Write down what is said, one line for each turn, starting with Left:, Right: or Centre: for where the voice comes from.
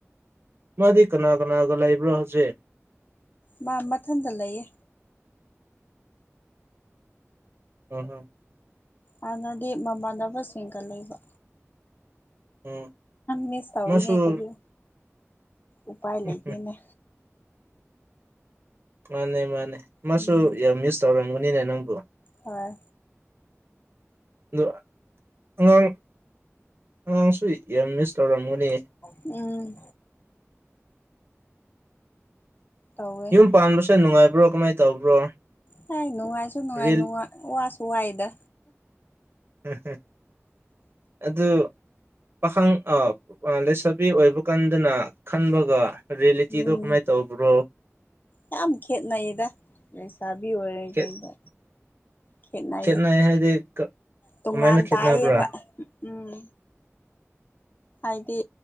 Right: ꯃꯥꯗꯤ ꯀꯅꯥ ꯀꯅꯥꯒ ꯂꯩꯕ꯭ꯔꯣ ꯍꯧꯖꯤꯩ
Left: ꯃꯥ ꯃꯊꯟꯇ ꯂꯩꯌꯦ
Right: ꯍꯝ ꯍꯝ
Left: ꯍꯥꯟꯅꯗꯤ ꯃꯃꯥꯟꯅꯕꯁꯤꯡꯒ ꯂꯩꯕ
Right: ꯎꯝ
Left: ꯃꯤꯁ ꯇꯧꯤꯅꯦ
Right: ꯃꯥꯁꯨ
Left: ꯀꯁꯨ ꯎꯄꯥꯏ
Right: ꯎꯝ
Left: ꯂꯩꯒꯦꯅꯦ
Right: ꯎꯝ ꯃꯥꯅꯦ ꯃꯥꯅꯦ ꯃꯥꯁꯨ
Left: ꯎꯝ
Right: ꯃꯤꯁ ꯇꯧꯔꯝꯒꯅꯤꯅꯦ ꯅꯪꯕꯨ
Left: ꯍꯣꯏ
Right: ꯑꯣ ꯑꯉꯥꯡ ꯑꯉꯥꯡ ꯁꯨꯏ ꯑꯦꯝ ꯃꯤꯁ ꯇꯧꯔꯝꯃꯨꯅꯤ
Left: ꯎꯝ ꯇꯧꯋꯦ
Right: ꯌꯨꯝ ꯄꯥꯟꯕꯁꯨꯦ ꯅꯨꯡꯉꯥꯏꯕ꯭ꯔꯣ ꯀꯃꯥꯏꯅ ꯇꯧꯕ꯭ꯔꯣ
Left: ꯍ ꯅꯨꯡꯉꯥꯏꯁꯨ ꯅꯨꯡꯉꯥꯏꯅꯨꯡ
Right: ꯔꯤꯜ
Left: ꯋꯥꯁꯨ ꯋꯥꯏꯗ
Right: ꯎꯝꯝ ꯑꯗꯨ ꯄꯥꯈꯪ ꯂꯩꯁꯥꯕꯤ ꯑꯣꯏꯕ ꯀꯥꯟꯗꯅ ꯈꯟꯕꯒ ꯔꯦꯂꯤ ꯆꯤꯗꯣ
Left: ꯎꯝ
Right: ꯀꯃꯥꯏ ꯇꯧꯕ꯭ꯔꯣ
Left: ꯌꯥꯝ ꯈꯦꯠꯅꯩꯗ ꯂꯩꯁꯥꯕꯤ ꯑꯣꯏꯔꯦ
Right: ꯈꯦꯠ
Left: ꯀꯩꯗ ꯈꯦꯠꯅꯩꯌꯦ
Right: ꯈꯦꯠꯅꯩ ꯍꯥꯏꯗꯤ
Left: ꯇꯣꯉꯥꯟ
Right: ꯀꯃꯥꯏꯅ ꯈꯦꯠꯅꯕ꯭ꯔꯥ
Left: ꯇꯥꯏꯌꯦꯕ ꯎꯝ ꯍꯥꯏꯗꯤ